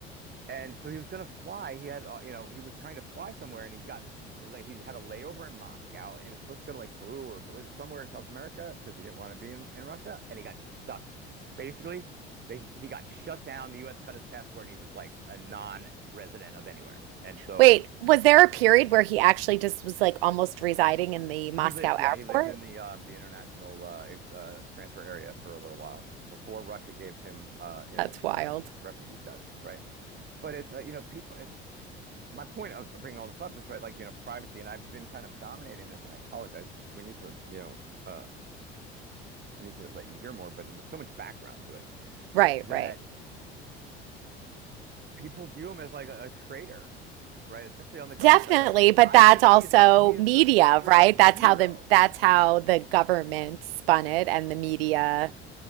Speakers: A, on the right; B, on the right.
A: And so he was going to fly. He had uh, you know he was trying to fly somewhere and he got lay, he had a layover in Moscow and he was supposed to go to like Peru or believe it somewhere in South America because he didn't want to be in, in Russia and he got stuck. Basically, they he got shut down. The U.S. cut his passport and he was like a non-resident of anywhere. And so
B: Wait, was there a period where he actually just was like almost residing in the Moscow
A: He lived, yeah,
B: airport?
A: he lived in the um, the international uh, e, uh, transfer area for a little while before Russia gave him, uh, you know,
B: That's wild.
A: uh, refugee status, right? But it's, uh, you know, people. It's, my point of bringing all this up is right, like you know, privacy, and I've been kind of dominating this, and I apologize. We need to, you know, uh, I need to let you hear more, but there's so much background to it
B: Right,
A: that
B: right.
A: people view him as like a, a traitor, right? Especially on the government
B: Definitely,
A: side. Like
B: but
A: I
B: that's
A: think
B: also
A: he is a he is
B: media,
A: the a freaking
B: right?
A: hero
B: That's how the that's how the government spun it and the media,